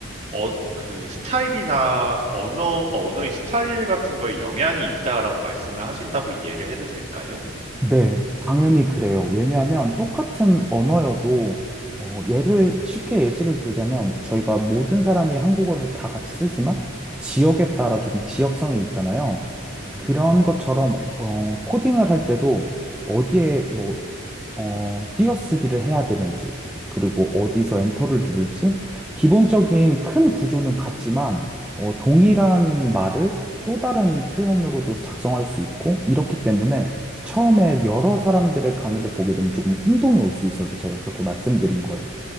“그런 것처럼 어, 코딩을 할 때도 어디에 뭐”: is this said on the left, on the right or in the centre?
Centre